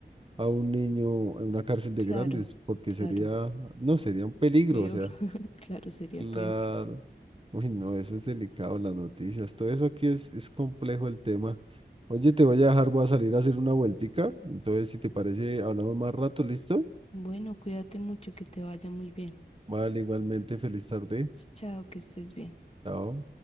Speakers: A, on the right; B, on the left.
A: a un niño en una cárcel de
B: claro,
A: grandes, porque
B: claro,
A: sería, no, sería un peligro,
B: peor,
A: o sea,
B: <laughs> claro, sería
A: Claro.
B: peor.
A: Uy, no, eso es delicado, las noticias. Todo eso aquí es, es complejo el tema. Oye, te voy a dejar, voy a salir a hacer una vueltica. Entonces, si te parece, hablamos más rato, ¿listo?
B: Bueno, cuídate mucho, que te vaya muy bien.
A: Vale, igualmente, feliz tarde.
B: Chao, que estés bien.
A: Chao.